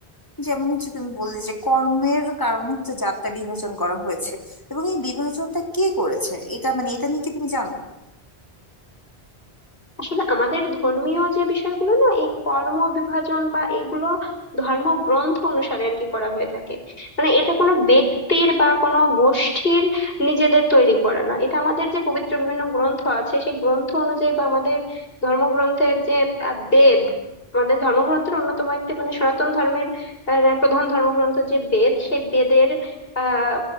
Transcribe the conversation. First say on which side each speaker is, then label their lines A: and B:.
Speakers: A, on the left; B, on the left.
A: যেমন হচ্ছে তুমি বললে যে কর্মের কারণে হচ্ছে যাত্রা বিভাজন করা হয়েছে এবং এই বিভাজনটা কে করেছে এটা মানে এটা নিয়ে কি তুমি জানো
B: আসলে আমাদের ধর্মীয় যে বিষয়গুলো না এই কর্ম বিভাজন বা এগুলো ধর্মগ্রন্থ অনুসারে আর কি করা হয়ে থাকে মানে এটা কোনো ব্যক্তির বা কোনো গোষ্ঠীর নিজেদের তৈরি করা না এটা আমাদের যে পবিত্র বিভিন্ন গ্রন্থ আছে সেই গ্রন্থ অনুযায়ী বা আমাদের ধর্মগ্রন্থের যে আহ, বেদ আমাদের ধর্মগ্রন্থের অন্যতম একটি মানে সনাতন ধর্মের আহ, প্রধান ধর্মগ্রন্থ যে বেদ সেই বেদের আহ